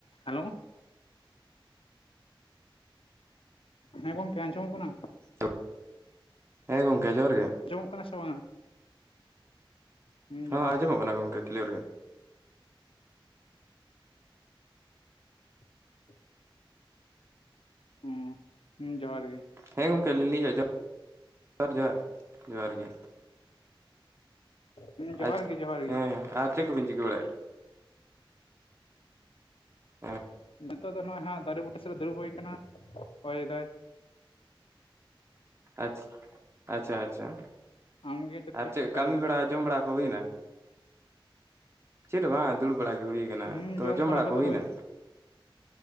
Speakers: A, on the left (about 80°); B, on the right (about 30°).
A: ᱦᱮᱞᱳ᱾ ᱦᱮᱸ ᱜᱚᱢᱠᱮ ᱟᱸᱡᱚᱢᱚᱜ ᱠᱟᱱᱟ?
B: ᱛᱳ, ᱦᱮᱸ ᱜᱚᱝᱠᱮ ᱡᱚᱦᱟᱨ ᱜᱮ᱾
A: ᱟᱸᱡᱚᱢᱚᱜ ᱠᱟᱱᱟᱭ ᱥᱮ ᱵᱟᱝ-ᱟ? ᱦᱩᱸ
B: ᱦᱚᱸ
A: ᱡᱚᱦᱟᱨ
B: ᱟᱸᱡᱚᱢᱚᱜ ᱠᱟᱱᱟ ᱜᱚᱝᱠᱮ ᱠᱞᱤᱭᱟᱨ ᱜᱮ᱾
A: <inaudible> ᱦᱩᱸ ᱦᱩᱸ ᱡᱚᱦᱟᱨ ᱜᱮ᱾
B: ᱦᱮᱸ ᱜᱚᱢᱠᱮ ᱞᱤᱧ ᱞᱟᱹᱭᱮᱜᱮᱫ-ᱟ ᱡᱚᱦᱟᱨ ᱡᱚᱦᱟᱨ ᱡᱚᱦᱟᱨ ᱜᱮ᱾
A: ᱦᱮᱸ ᱡᱚᱦᱟᱨ
B: ᱟᱪᱷᱟ
A: ᱜᱮ ᱡᱚᱦᱟᱨ ᱜᱮ
B: ᱦᱮᱸ ᱟᱨ ᱪᱮᱫ ᱠᱚ ᱯᱮ ᱪᱤᱠᱟᱹ ᱵᱟᱲᱟ ᱭᱮᱜ-ᱟ? ᱚᱸ
A: ᱱᱤᱛᱚᱜ ᱫᱚ ᱱᱚᱜ-ᱚᱭ ᱦᱟᱸᱜ ᱫᱟᱨᱮ ᱵᱩᱴᱟᱹ ᱥᱩ ᱨᱮ ᱫᱩᱲᱩᱵ ᱦᱩᱭ ᱠᱟᱱᱟ ᱦᱚᱭᱮ ᱫᱟᱭ᱾
B: ᱟᱪᱷᱟ ᱟᱪᱷᱟ ᱟᱪᱷᱟ
A: ᱟᱢᱜᱮ
B: ᱟᱨ
A: ᱠᱚᱢ
B: ᱪᱮᱫ
A: ᱪᱤᱠᱟᱹᱭᱮᱫᱟ
B: ᱠᱟᱹᱢᱤ ᱵᱟᱲᱟ ᱡᱚᱢ ᱵᱟᱲᱟ ᱠᱚ ᱦᱩᱭᱱᱟ ᱪᱮᱫ ᱦᱚᱸ ᱵᱟᱝ-ᱟ ᱫᱩᱲᱩᱵ ᱵᱟᱲᱟ ᱜᱮ ᱦᱩᱭ ᱱᱟ
A: ᱦᱩᱸ
B: ᱛᱚ ᱡᱚᱢ ᱵᱟᱲᱟ
A: ᱠᱚᱫᱚ
B: ᱠᱚ ᱦᱩᱭᱮᱱᱟ?
A: ᱦᱩᱭ